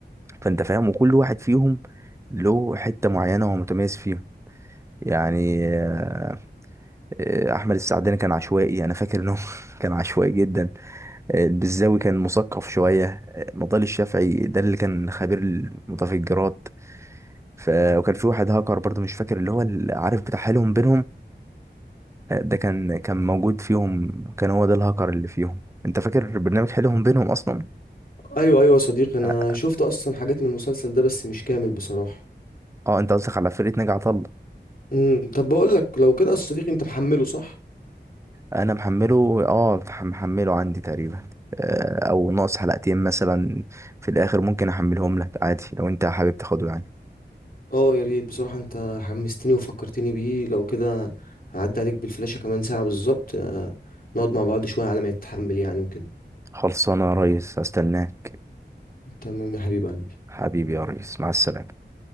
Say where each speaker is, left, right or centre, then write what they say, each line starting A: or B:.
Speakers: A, on the right; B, on the left.
A: فانت فاهم وكل واحد فيهم له حتة معينة هو متميز فيها يعني آه، آه، احمد السعداني كان عشوائي انا فاكر انه <laughs> كان عشوائي جدا آه، البزاوي كان مثقف شويه آه، مضال الشافعي ده اللي كان خبير المتفجرات ف... وكان في واحد هاكر برضه مش فاكر اللي هو اللي عارف بتاع حيلهم بينهم آه، ده كان كان موجود فيهم كان هو ده الهاكر اللي فيهم انت فاكر برنامج حيلهم بينهم اصلا
B: ايوه ايوه يا صديقي انا
A: اه
B: شفت اصلا حاجات من المسلسل ده بس مش كامل بصراحه
A: آه، انت قصدك على فرقه ناجي عطا الله
B: امم طب بقول لك لو كده يا صديقي انت محمله صح
A: انا محمله اه مح- محمله عندي تقريبا آه، او ناقص حلقتين مثلا في الاخر ممكن احملهم لك عادي لو انت حابب تاخده يعني
B: اه يا ريت بصراحة انت حمستني وفكرتني بيه لو كده هعدي عليك بالفلاشة كمان ساعة بالظبط آه، نقعد مع بعض شوية على ما يتحمل يعني وكده
A: خلصانة يا ريس استناك
B: تمام يا حبيب قلبي
A: حبيبي يا ريس مع السلامة